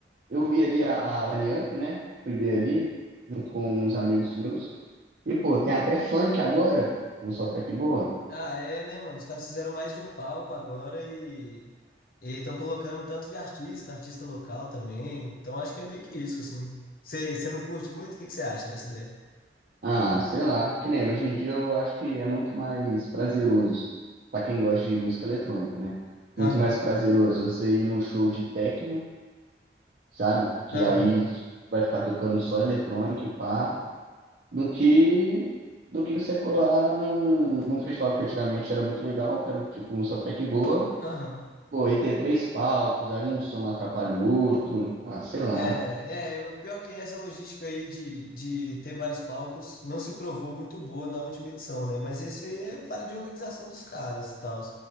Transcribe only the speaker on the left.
Ah, é, né, mano? Os caras fizeram mais de um palco agora e e estão colocando um tanto de artista, artista local também. Então acho que é meio que isso, assim. Você você não curte muito? O que que você acha dessa ideia?
Aham,
aham,
aham.
É, é, o pior que essa logística aí de, de ter vários palcos não se provou muito boa na última edição, né? Mas isso aí é falha de organização dos caras e tal.